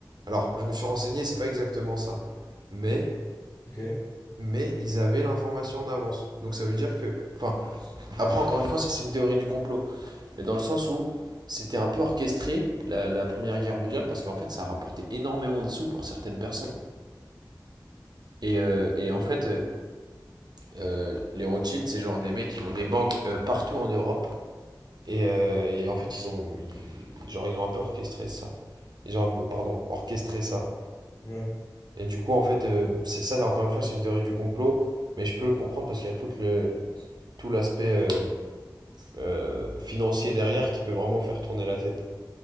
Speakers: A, on the right; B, on the left.
A: Alors, je me suis renseigné, c'est pas exactement ça. Mais
B: Ok,
A: mais ils avaient l'information en avance. Donc ça veut dire que, enfin, après, encore une fois, ça c'est une théorie du complot. Mais dans le sens où c'était un peu orchestré, la, la Première Guerre mondiale, parce qu'en fait, ça a rapporté énormément de sous pour certaines personnes. Et, euh, et
B: ok.
A: en fait, euh, euh, les Rothschild, c'est genre des mecs qui ont des banques euh, partout en Europe. Et, euh, et en fait, ils ont, ils- genre, ils ont un peu orchestré ça. Ils ont un peu, pardon, orchestré ça.
B: Ouais,
A: Et du coup, en fait, euh, c'est ça, encore une fois, c'est une théorie du complot. Mais je peux le comprendre parce qu'il y a toute le, tout l'aspect euh, euh, financier derrière qui peut vraiment faire tourner la tête.